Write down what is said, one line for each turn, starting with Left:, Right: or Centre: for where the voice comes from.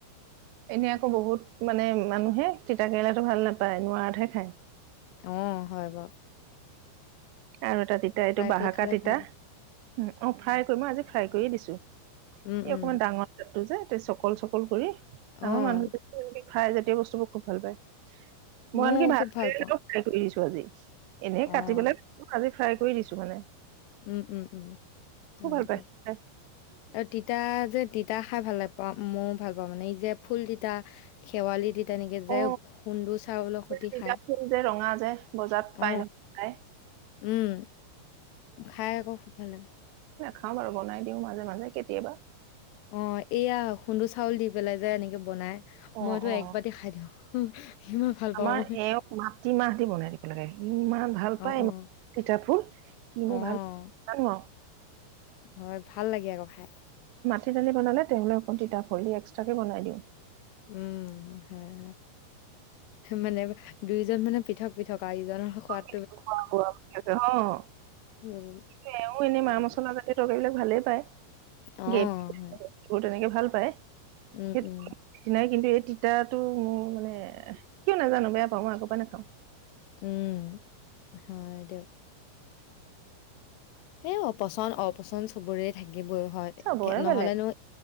Right: এনেই আকৌ বহুত মানে মানুহে তিতা কেৰেলাটো ভাল নাপায় নোৱাৰাতহে খায়
Left: অ হয় ব
Right: আৰু এটা তিতা এইটো বাহাকা
Left: কৰি খালে
Right: তিতা
Left: ভাল লাগে
Right: উম অ ফ্ৰাই কৰি মই আজি ফ্ৰাই কৰিয়ে দিছো
Left: উম,
Right: এই
Left: উম।
Right: অকমান ডাঙৰ টোৰযে চকল চকল কৰি
Left: অ',
Right: আমাৰ মানুহ <unintelligible> ফ্ৰাই জাতীয় বস্তুবোৰ খুব ভাল পায় মই
Left: ময়ো
Right: আনকি
Left: খুব ভাল পাওঁ।
Right: <unintelligible> ছো <unintelligible> এনেই
Left: অ',
Right: কাটিবলৈ আজি ফ্ৰাই কৰি দিছোঁ মানে।
Left: উম, উম, উম,
Right: খুব
Left: হয়
Right: ভাল পায়
Left: দিয়ক,
Right: খাই।
Left: আৰু তিতা যে তিতা। খাই ভাল নাপাওঁ মইও ভাল পাওঁ মানে এই যে ফুল তিতা, শেৱালি তি তেনেকে যে,
Right: অ
Left: খুন্দু চাউলো খুতি
Right: তিতা
Left: খাই,
Right: ফুল যে ৰঙা যে বজাৰত
Left: অ,
Right: পাই নহয় খাই
Left: উম, খাই আকৌ খুব ভাল লাগে।
Right: খাম আৰু বনাই। দিও মাজে মাজে কেতিয়াবা
Left: অ', এইয়া <unintelligible> চাউল দি পেলাই যে এনেকে বনায়।
Right: অ
Left: মইতো
Right: অ
Left: এক বাটি খাই দিওঁ। <unintelligible> পাওঁ
Right: আমাৰ
Left: মই।
Right: এওক মাটিমাহ দি বনাই দিব লাগে ইমান ভাল
Left: অ',
Right: পাই,
Left: অ',
Right: তিতাফুল। কিনো
Left: অ',
Right: ভাল নাজানো আৰু
Left: হয় ভাল লাগে আকৌ খাই।
Right: তিতা দালি বনালে তেওঁলে অকণ তিতা হলি এক্সট্ৰাকে বনাই দিওঁ।
Left: উম হয় হয় মানে দুইজন মানে পৃথক পৃথক আৰু ইজনৰ সোৱাদ
Right: অ এ
Left: উম,
Right: এনেই
Left: হয়
Right: মা মছলা
Left: দিয়ক।
Right: জাতীয় তৰকাৰী বিলাক ভালেই পায়
Left: অ',
Right: গ্ৰেবোৰ
Left: হয়,
Right: তেনেকে ভাল পায়। সেইটো
Left: উম, উম,
Right: কিন্তু এই তিতাটো মোৰ মানে কিয় নাজানো বেয়া পাওঁ মই আগৰ পৰাই নাখাওঁ।
Left: উম হয় দিয়ক। সে অপচন্দ অপচন্দ চবোৰে থাকে। <unintelligible> হয়
Right: চবৰে
Left: নহ'লেনো
Right: বেলেগ